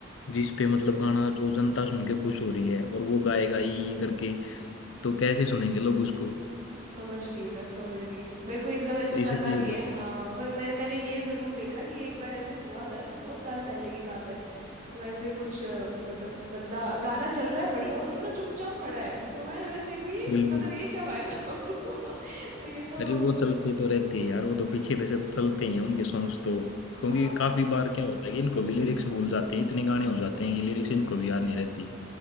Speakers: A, on the left; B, on the right.
A: जिस पे मतलब गाना जो जनता सुन के खुश हो रही है और वो गाएगा ई करके तो कैसे सुनेंगे लोग उसको
B: हम्म, समझ गई मैं समझ गई मेरे को इतना वैसे
A: तो
B: पता
A: इसलिए
B: नहीं है
A: तो
B: हाँ पर मैंने मैंने ये ज़रूर देखा कि एक बार ऐसे हुआ था ये बहुत साल पहले की बात है तो ऐसे कुछ अ, मतलब बंदा गाना चल रहा है बढ़िया और बंदा चुपचाप खड़ा है तो मैं मैं देखू ये
A: बिल्कुल
B: मतलब ये क्या फायदा <laughs> हुआ तो ये तो
A: अरे वो चलते तो रहते हैं यार वो तो पीछे से चलते ही हैं उनके सॉन्ग्स तो क्योंकि
B: हाँ
A: काफी बार क्या होता है कि इनको भी लिरिक्स भूल जाते हैं इतने गाने हो जाते हैं कि लिरिक्स इनको भी याद नहीं रहती